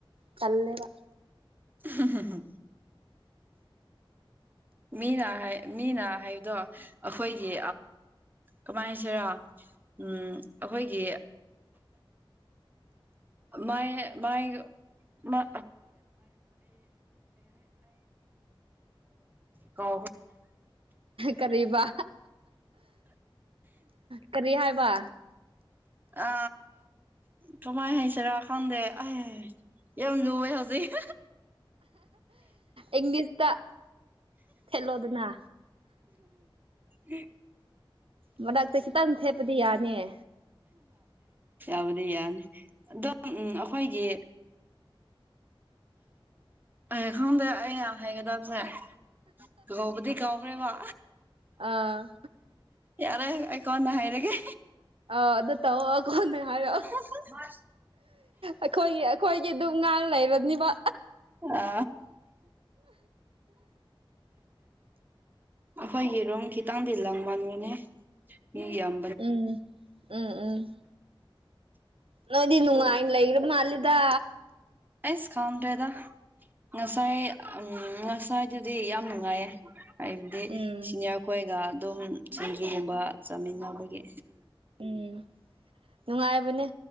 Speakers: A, on the right; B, on the right.
A: ꯀꯜꯂꯦꯕ
B: ꯍ ꯍ ꯍ ꯃꯤꯅ ꯍꯥꯏ ꯃꯤꯅ ꯍꯥꯏꯕꯗꯣ ꯑꯩꯈꯣꯏꯒꯤ ꯀꯃꯥꯏꯁꯤꯔ ꯎ ꯑꯩꯈꯣꯏꯒꯤ ꯃꯥꯏ ꯃꯥꯏ <inaudible> ꯑ ꯀ
A: ꯀꯔꯤꯕ ꯀꯔꯤ ꯍꯥꯏꯕ
B: ꯑ ꯀꯃꯥꯏ ꯍꯁꯔ ꯈꯥꯟꯗꯦ ꯑꯦ ꯍꯥꯏꯦ ꯌꯥꯝ ꯂꯨꯑꯦ ꯍꯧꯖꯤꯛ
A: ꯏꯪꯂꯤꯁꯇ ꯊꯦꯠꯂꯣꯗꯅ
B: ꯑꯦ
A: ꯃꯅꯥꯛꯇ ꯈꯤꯇꯪ ꯊꯦꯠꯄꯗꯤ ꯌꯥꯅꯤꯌꯦ
B: ꯌꯥꯎꯕꯗꯤ ꯌꯥꯅꯤ ꯑꯣ ꯎꯝ ꯑꯩꯈꯣꯏꯒꯤ ꯑꯩꯦ ꯈꯗꯦ ꯑꯦ ꯍꯦꯒꯗ ꯐ ꯀꯥꯎꯕꯗꯤ ꯀꯥꯎꯕ꯭ꯔꯦ ꯃꯥ
A: ꯑꯥ
B: ꯌꯥꯔꯦ ꯑꯩꯣ ꯅꯍꯥꯏꯔꯒꯦ
A: ꯑ ꯑꯗꯨ ꯇꯋꯥꯒꯣꯟ ꯍꯥꯏꯔ
B: <inaudible>
A: ꯑꯩꯈꯣꯏꯒꯤ ꯑꯩꯈꯣꯏꯒꯤ ꯑꯗꯨꯝ ꯉꯥꯡ ꯂꯩꯔꯅꯤꯕ
B: ꯑ ꯑꯩꯈꯣꯏ ꯌꯦꯔꯨꯝ ꯈꯤꯇꯪꯗꯤ ꯂꯪ ꯃꯟꯒꯅꯦ ꯃꯤ ꯌꯥꯝ
A: ꯎꯝ ꯎꯝ ꯎꯝ ꯅꯣꯏꯗꯗꯤ ꯅꯅꯨꯡ ꯍꯥꯏ ꯂꯩ ꯏꯔꯅ ꯑꯜꯗ
B: ꯑꯩꯁ ꯈꯪꯗ꯭ꯔꯦꯗ ꯉꯁꯥꯏ ꯉꯁꯥꯏꯗꯨꯗꯤ ꯌꯥꯝ ꯅꯨꯡꯉꯥꯏꯌꯦ ꯍꯥꯏꯕꯗꯤ
A: ꯎꯝ
B: ꯁꯤꯅꯤꯌꯥꯔ ꯈꯣꯏꯒ ꯑꯗꯨꯝ ꯁꯤꯡꯖꯨꯒꯨꯝꯕ ꯆꯥꯃꯤꯟꯅꯕꯒꯤ
A: ꯎꯝ ꯅꯨꯡꯉꯥꯏꯕꯅꯦ